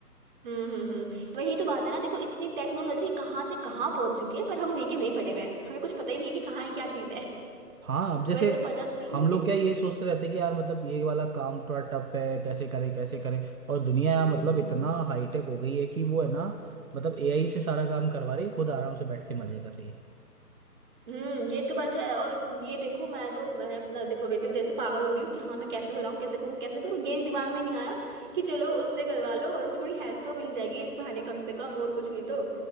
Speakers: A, on the right (about 30°); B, on the right (about 60°).
A: हम्म हम्म हम्म वही तो बात है ना देखो इतनी टेक्नोलॉजी कहाँ से कहाँ पहुंच चुकी है पर हम वहीं के वहीं पड़े हुए हैं हमें कुछ पता ही नहीं है कि कहाँ है क्या चीज है
B: हाँ अब जैसे
A: वही तो पता तो है
B: हम
A: मुझे
B: लोग क्या यही सोचते रहते हैं कि यार मतलब ये वाला काम थोड़ा टफ है कैसे करें कैसे करें और दुनिया यार
A: हम्म
B: मतलब इतना हाईटेक हो गई है कि वो है ना मतलब एआई से सारा काम करवा रही है खुद आराम से बैठ के मजे कर रही है
A: हम्म ये तो बात है और ये देखो मैं तो मैं अपना देखो बेटे जैसे पागल हो रही हूँ कि हाँ मैं कैसे बनाऊँ कैसे करूँ कैसे करूँ ये दिमाग में नहीं आ रहा कि चलो उससे करवा लो और थोड़ी हेल्प तो मिल जाएगी इस बहाने कम से कम और कुछ नहीं तो